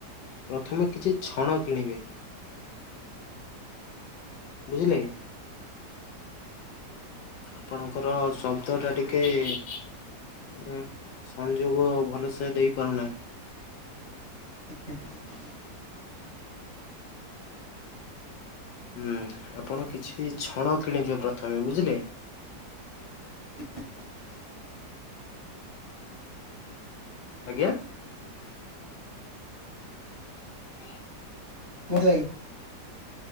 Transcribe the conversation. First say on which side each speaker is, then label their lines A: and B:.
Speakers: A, on the left; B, on the left.
A: ପ୍ରଥମେ କିଛି ଛଣ କିଣିବେ। ବୁଝିଲେ ଆପଣଙ୍କର ଶବ୍ଦ ଟା ଟିକେ ଉ ସଂଯୋଗ ଭଲସେ ଦେଇ ପାରୁନାହିଁ।
B: <unintelligible>
A: ହୁଁ ଆପଣ କିଛି ଛଣ କିଣିବେ ପ୍ରଥମେ ବୁଝିଲେ।
B: <unintelligible>
A: ଆଜ୍ଞା। <inaudible>
B: କୁହନ୍ତୁ ଭାଇ।